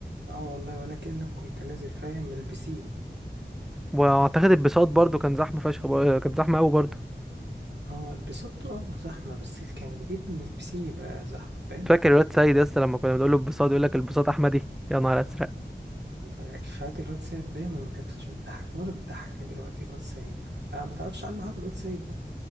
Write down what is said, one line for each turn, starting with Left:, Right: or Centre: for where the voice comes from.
Right: اه والله ولكنك كنت نازل فاهم من البسين
Centre: واعتقد البساط برضو كان زحمه فشخ بر- كان زحمه قوي برضو
Right: اه البسين طول عمره زحمة بس اللي كان جديد ان البسين يبقى زحمة فاهم
Centre: فاكر الواد سيد يا اسطى لما كنا بنقول له البساط يقول لك البساط احمدي يا نهار ازرق
Right: إفيهات الواد سيد دايما ما كانتش بتضحكني ولا بتضحكني دلوقتي الواد سيد ده ده ما تعرفش عنه حاجة الواد سيد ده